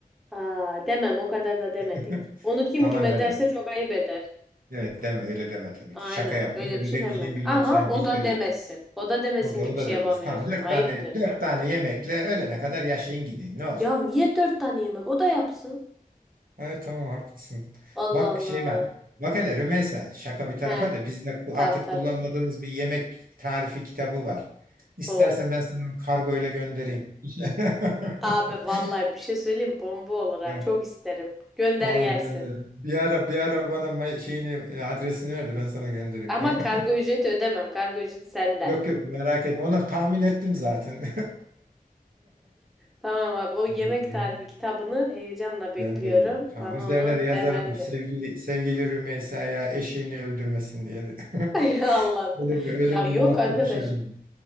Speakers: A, in the centre; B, on the right.
A: Aa, demem o kadar da demedik.
B: <laughs>
A: Onu kim
B: Aman
A: kime
B: deme.
A: derse çok ayıp eder.
B: Evet deme öyle deme tabii
A: Aynen
B: ki. Şaka yapıyorum.
A: öyle
B: Öyle
A: bir şey
B: demeyeceğini
A: demedik.
B: biliyorum.
A: Ama
B: Sen
A: o
B: de hiç
A: da
B: öyle.
A: demesin. O da demesin
B: O da,
A: ki
B: o
A: bir
B: da
A: şey
B: demez.
A: yapamıyorsun.
B: Tamam dört
A: Ayıptır.
B: tane dört tane yemekle öğlene kadar yaşayın gidin. Ne olacak?
A: Ya niye dört tane yemek? O da yapsın.
B: Evet tamam haklısın.
A: Allah
B: Bak
A: Allah.
B: şey var. Bak hele Rümeysa şaka bir tarafa
A: He
B: da bizde ku-
A: tabii
B: artık
A: tabii.
B: kullanmadığımız bir yemek tarifi kitabı var. İstersen
A: Oo.
B: ben sana kargoyla göndereyim. <laughs>
A: Abi vallahi bir şey söyleyeyim bomba olur ha.
B: Evet,
A: Çok isterim. Gönder
B: Tamam
A: gelsin.
B: gönder. Bir ara bir ara bana ma- şeyini e, adresini ver de ben sana göndereyim
A: Ama
B: tamam
A: kargo
B: mı?
A: ücreti ödemem. Kargo ücreti senden.
B: <laughs> Yok yok merak etme. Onu tahmin ettim zaten.
A: Tamam abi o yemek
B: <laughs>
A: tarifi kitabını heyecanla bekliyorum.
B: Gönderiyorum. Tamam.
A: Bana
B: Üzerine
A: onu
B: de yazarım.
A: derhal gönder.
B: Sevgili, sevgili Rümeysa'ya eşeğini öldürmesin diye de. <laughs>
A: <laughs> Allah'ım.
B: Öyle bir, öyle
A: Ya yok
B: bir not
A: arkadaş.
B: da düşerim.